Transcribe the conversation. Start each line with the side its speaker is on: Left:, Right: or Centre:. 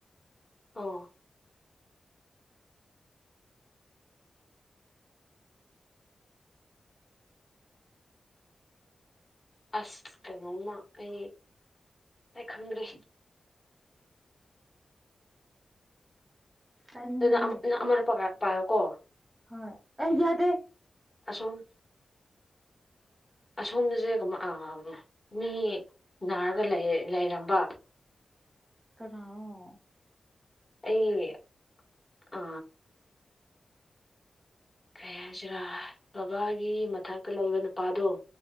Left: ꯑꯣ ꯑꯁ ꯀꯩꯅꯣꯝꯃ ꯑꯩ ꯑꯩ ꯈꯪꯗ꯭ꯔꯦ
Right: ꯀꯥꯏꯅꯤꯡꯉꯥꯏ
Left: ꯑꯗꯨꯅ ꯅ ꯑꯃꯅ ꯄꯥꯏꯔꯣꯀꯣ
Right: ꯍꯥ ꯑ ꯌꯗꯦ
Left: ꯑꯁꯣꯝ ꯑꯁꯣꯝꯗꯁꯦ ꯁꯃꯥꯏ ꯑ ꯃꯤ ꯅꯥꯔꯒ ꯂꯩ ꯂꯩꯔꯝꯕ
Right: ꯀꯅꯔꯣ
Left: ꯑꯩ ꯑ ꯀꯩ ꯍꯥꯏꯁꯤꯔꯥ ꯕꯕꯥꯒꯤ ꯃꯊꯛꯇ ꯂꯩꯕ ꯅꯨꯄꯥꯗꯣ